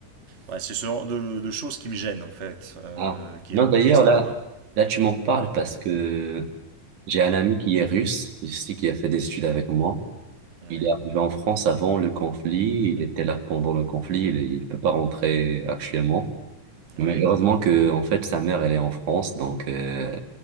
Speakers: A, on the right; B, on the right.
A: ouais, c'est ce genre de, de choses qui me gênent, en fait, euh,
B: Ah.
A: qui
B: Non,
A: est un peu
B: d'ailleurs,
A: triste
B: là,
A: à voir.
B: là, tu m'en parles parce que j'ai un ami qui est russe, ici, qui a fait des études avec moi.
A: Ouais,
B: Il est arrivé en France avant le conflit, il était là pendant le conflit, il, ne peut pas rentrer actuellement. Mais
A: ouais,
B: heureusement que, en fait, sa mère, elle est en France, donc euh,